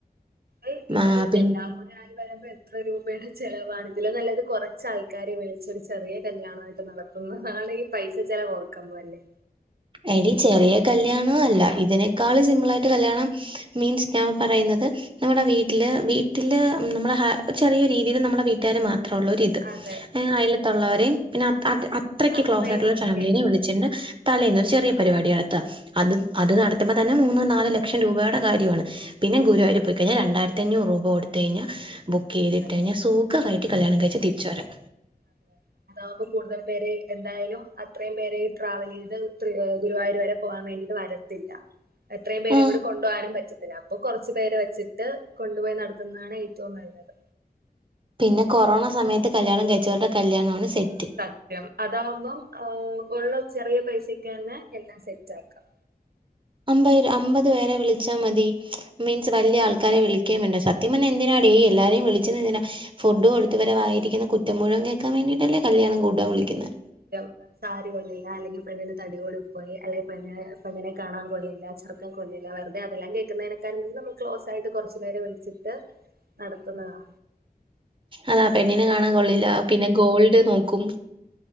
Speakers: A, on the right; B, on the right.
A: ആഹ് ഇത്
B: ആ പി
A: എല്ലാം കൂ ഒരാള് വരവ് എത്ര രൂപയുടെ ചെലവാണ് ഇതിലും നല്ലത് കുറച്ച് ആൾക്കാരെ വിളിച്ചൊരു ചെറിയ കല്യാണായിട്ട് നട <unintelligible> ഈ പൈസ ചെലവ് ഓർക്കമ്പല്ലേ
B: എടി ചെറിയ കല്ല്യാണോ അല്ല ഇതിനേക്കാൾ സിമ്പിളായിട്ട് കല്യാണം മീൻസ് ഞാൻ പറയുന്നത് നമ്മുടെ വീട്ടില് വീട്ടില് നമ്മളെ ചെറിയ രീതിയില് നമ്മുടെ വീട്ടുകാര് മാ ത്രള്ളോരിത്
A: അതെ
B: ങേ അയലത്തുള്ളവരെയും പിന്നെ അത്രക്ക്
A: അത്രയും
B: ക്ലോസ് ആയിട്ടുള്ള ഫാമിലിനെ
A: റിലേറ്റീവ്സ്
B: വിളിച്ച് ചെന്ന് തലേന്ന് ഒ ചെറിയ പരിപാടി നടത്തുക അത് അത് നടത്തുമ്പോ തന്നെ മൂന്ന് നാല് ലക്ഷം രൂപയുടെ കാര്യവാണ് പിന്നെ ഗുരുവായൂര് പോയി കഴിഞ്ഞാ രണ്ടായിരത്തി അഞ്ഞൂറ് രൂപ കൊടുത്ത് കഴിഞ്ഞാ ബുക്ക് ചെയ്തിട്ട്
A: അല്ലേ
B: കഴിഞ്ഞാ സുഖവായിട്ട് കല്യാണം കഴിച്ച് തിരിച്ച് വരാം
A: ആഹ് അതാകുമ്പോ കൂടുതൽ പേര് എന്തായാലും അത്രയും പേര് ട്രാവൽ ചെയ്ത് ഗുരുവായൂര് വരെ പോകാൻ വേണ്ടിയിട്ട് വര ല്ല എത്രയും പേരെ
B: ആ
A: കൂടെ കൊണ്ടു പോകാനും പറ്റത്തില്ല അപ്പൊ കുറച്ചു പേരെ വെച്ചിട്ട് കൊണ്ടുപോയി നടത്തുന്നതാണ് ഏറ്റവും നല്ലത്
B: പിന്നെ കൊറോണ സമയത്ത് കല്യാണം കഴിച്ചവരുടെ കല്യാണമാണ് സെറ്റ്
A: സത്യം അതാകുമ്പം ആഹ് ഉള്ള ചെറിയ പൈസക്ക് തന്നെ എല്ലാം സെറ്റ് ആക്കാം
B: അമ്പത് അമ്പത് പേരെ വിളിച്ചാൽ മതി മീൻസ് വല്ല്യ ആൾക്കാരെ വിളി ക്കേ വേണ്ട സത്യം പറഞ്ഞാ എന്തിനാടേ ഈ എല്ലാരെയും വിളിച്ചത് എന്തിനാ ഫുഡ് കൊടുത്ത് ഇവരെ വായിരിക്കുന്ന കുറ്റം മുഴുവൻ കേക്കാൻ വേണ്ടീട്ടല്ലേ കല്യാണം കൂടാൻ വിളിക്കുന്നേ
A: <unintelligible> സാരി കൊള്ളില്ല അല്ലെങ്കിൽ പെണ്ണിന് തടി കൂടിപ്പോയി അല്ലെ പെണ്ണിനെ പെണ്ണിനെ കാണാൻ കൊള്ളില്ല ചെറു കൊള്ളില്ല വെറുതെ അതെല്ലാം കേക്കുന്നേനേക്കാൾ നമ്മള് ക്ലോസായിട്ട് കുറച്ചു പേരെ വിളിച്ചിട്ട് നടത്തുന്നതാ
B: ആഹ് പെണ്ണിനെ കാണാൻ കൊള്ളില്ല പിന്നെ ഗോൾഡ് നോക്കും